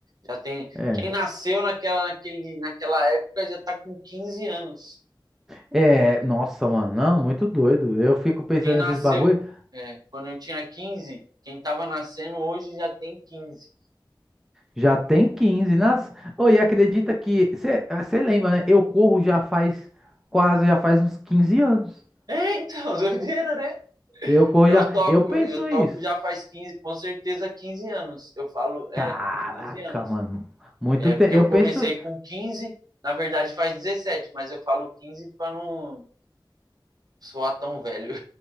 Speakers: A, on the right; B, in the centre.
A: já tem,
B: É.
A: quem nasceu naquela, naquele, naquela época já tá com 15 anos,
B: É, nossa, mano, não, muito doido. Eu fico pensando
A: quem nasceu
B: nesses bagulho.
A: é, quando eu tinha 15, quem tava nascendo hoje já tem 15.
B: Já tem 15, nas. Ô, e acredita que. Você lembra, né? Eu corro já faz quase, já faz uns 15 anos.
A: É, então, <laughs> doideira, né?
B: Eu corro
A: Eu
B: já.
A: toco,
B: Eu penso
A: eu toco
B: isso.
A: já faz 15, com certeza 15 anos. Eu falo, é,
B: Caraca,
A: 15 anos.
B: mano. Muito
A: É
B: tempo.
A: porque
B: Eu
A: eu comecei
B: penso.
A: com 15. na verdade faz 17, mas eu falo 15 para não soar tão velho.